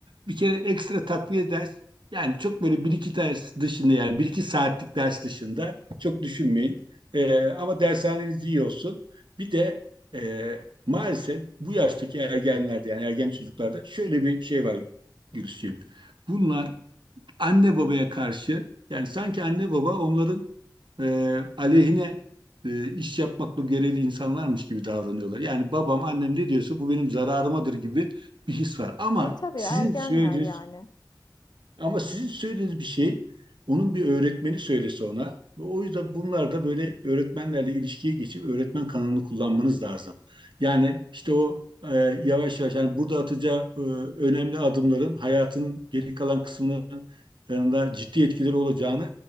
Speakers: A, on the right (about 85°); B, on the left (about 60°).
A: bir kere ekstra takviye ders. Yani çok böyle bir iki ders dışında yani bir iki saatlik ders dışında çok düşünmeyin. E, ama dershaneniz iyi olsun. Bir de e, maalesef bu yaştaki ergenlerde yani ergen çocuklarda şöyle bir şey var Gülsüm. Bunlar anne babaya karşı yani sanki anne baba onların e, aleyhine e, iş yapmakla görevli insanlarmış gibi davranıyorlar. Yani babam, annem ne diyorsa bu benim zararımadır gibi bir his var. Ama
B: E tabii
A: sizin
B: ergenler
A: söylediğiniz
B: yani.
A: ama sizin söylediğiniz bir şey onun bir öğretmeni söylese ona. O yüzden bunlar da böyle öğretmenlerle ilişkiye geçip öğretmen kanalını kullanmanız lazım. Yani işte o e, yavaş yavaş yani burada atacağı e, önemli adımların hayatının geri kalan kısmının yanında ciddi etkileri olacağını